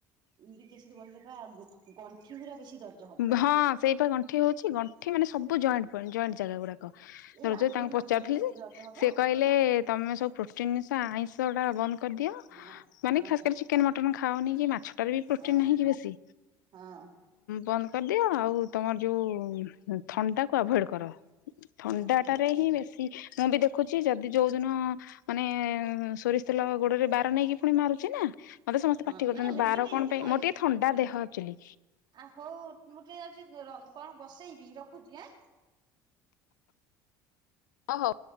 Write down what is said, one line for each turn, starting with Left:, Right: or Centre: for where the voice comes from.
Right: ୟୁରିକ୍ ଏସିଡ୍ ବଢିଲେ ବା ଗଣ୍ଠି ଗୁରା ବେଶୀ ଦର
Left: ହଁ ସେଇପା ଗଣ୍ଠି ହଉଚି ଗଣ୍ଠି ମାନେ ସବୁ ଜଏଣ୍ଟ୍ ଜଏଣ୍ଟ୍ ଜାଗା ଗୁଡାକ
Right: ଏଇ
Left: ଯୋଉ
Right: ଆଙ୍ଗୁଠି
Left: ତାଙ୍କୁ ପଚାରୁଥିଲି
Right: ଗଣ୍ଠି ଗୁରା ସେଇଥିରେ
Left: ଯେ
Right: ଦର୍ଜ ହବ
Left: ସେ କହି ଲେ ତମେ ସବୁ ପ୍ରୋଟିନ୍ ଜିନିଷ ଆଇଁଷ ଟା ବନ୍ଦ କରିଦିଅ
Right: ହଁ
Left: ମାନେ
Right: ହଁ
Left: ଖାସ୍ କରି ଚି ଚିକେନ୍ ମଟନ୍ ଖାଅନି କି ମାଛଟାରେ ବି ପ୍ରୋଟିନ୍
Right: ହଁ
Left: ନାହିଁକି ବେଶୀ।
Right: ହଁ
Left: ବନ୍ଦ କରିଦିଅ ଆଉ ତମର ଯୋଉ ଥଣ୍ଡାକୁ ଆଭଏଡ୍ କର। ଥଣ୍ଡାଟାରେ
Right: ହଁ
Left: ହିଁ ବେଶୀ ମୁଁ ବି ଦେଖୁଛି ଯଦି ଯୋଉଦିନ ମାନେ ସୋରିଷ୍ ତେଲ ଗୋଡରେ ବାର ନେଇକି ପୁଣି ମାରୁଛି ନା ମତେ ସମସ୍ତେ
Right: ହଁ
Left: ପାଟି କରୁଚନ୍ତି
Right: ନାଇଁ ହେବିନି
Left: ବାର କଣ
Right: ସେଥିରେ
Left: ପାଇଁ ମୋର
Right: ଅଛି।
Left: ଟିକେ ଥଣ୍ଡା ଦେହ ଆକ୍ ଚୁଆଲି।
Right: ଆ ହଉ ମୁଁ ଟିକେ ଯାଉଚି ର କଣ ବସେଇବି ରଖୁଚି ଆଁ।
Left: ଓହୋ।